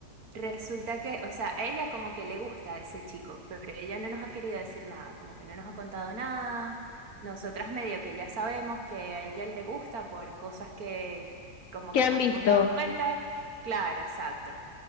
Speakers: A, on the right (about 70°); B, on the left (about 60°).
A: resulta que, o sea, ella como que le gusta a ese chico, pero ella no nos ha querido decir nada, como que no nos ha contado nada. Nosotras medio que ya sabemos que a ella le gusta por cosas que como
B: ¿Qué
A: que
B: han
A: nos
B: visto?
A: hemos dado cuenta. Claro, exacto.